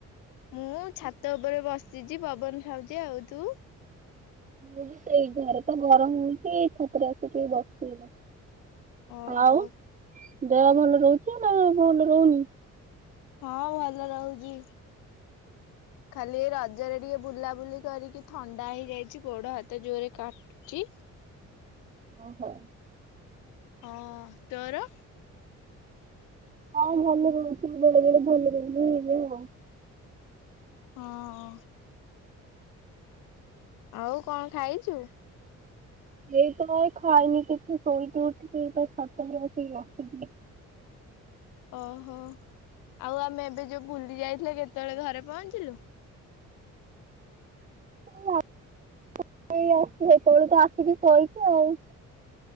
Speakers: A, on the left (about 85°); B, on the right (about 25°).
A: ମୁଁ ଛାତ ଉପରେ ବସିଚି ପବନ ଖାଉଛି ଆଉ ତୁ?
B: ମୁଁ ବି ସେଇ ଘରେ ତ ଗରମ ହଉଚି ଏଇ ଛାତରେ ଆସିକି ବସିଚି ଏଇନା।
A: ଓହୋ
B: ଆଉ ଦେହ ଭଲ ରହୁଛି ନା ଭଲ ରହୁନି?
A: ହଁ ଭଲ ରହୁଚି।
B: <inaudible>
A: ଖାଲି ରଜରେ ଟିକେ ବୁଲାବୁଲି କରିକି ଥଣ୍ଡା ହେଇଯାଇଛି ଗୋଡ ହାତ ଜୋରେ କାଟୁଚି।
B: ଓହୋ।
A: ହଁ ତୋରୋ?
B: ହଁ ଭଲ ରହୁଛି ବେଳେ ବେଳେ ଭଲ ରହୁଛି ହେ ହଁ।
A: ହଁ। ଆଉ କଣ ଖାଇଛୁ?
B: ଏଇ ତ ଖାଇନି କିଛି ଶୋଇକି ଉଠିକି ଏଇ ଖଟ ଉପରେ ବସିକି ଗପୁଥିଲି
A: ଓହୋ ଆଉ ଆମେ ଏବେ ଯୋଉ ବୁଲି ଯାଇଥିଲେ କେତେବେଳେ ଘରେ ପହଞ୍ଚିଲୁ?
B: <unintelligible> ସେତେବେଳେ ଠୁ ଆସିକି ଶୋଇଛିି ଆଉ।